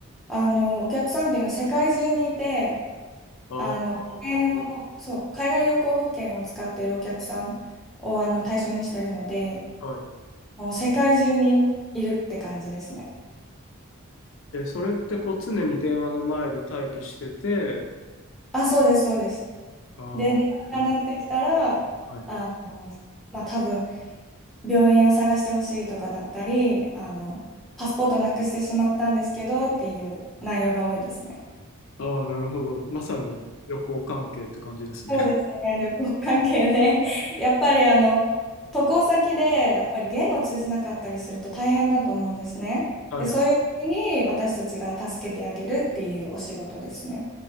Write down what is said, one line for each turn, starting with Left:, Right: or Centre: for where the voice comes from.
Centre: あの、お客さんっていうのは世界中にいて、
Left: ああ
Centre: あの、保険のそう、海外旅行保険を使っているお客さんをあの対象にしているので、
Left: は
Centre: もう世界中にいるって感じですね。
Left: い。え、それってこう常に電話の前で待機してて、
Centre: あ、そうです、そうです。
Left: ああ、
Centre: で、電話が鳴ってきたら、
Left: えはい。
Centre: あの、まあ、多分、病院を探してほしいとかだったり、あの、パスポートなくしてしまったんですけどっていう内容が多いですね。
Left: ああ、なるほど。まさに旅行関係って感じですね。
Centre: そうですね、旅行関係で。<laughs> やっぱりあの、渡航先で、やっぱり言語通じなかったりすると大変だと思うんですね。
Left: <laughs> はいはい。
Centre: で、そういう時に私たちが助けてあげるっていうお仕事ですね。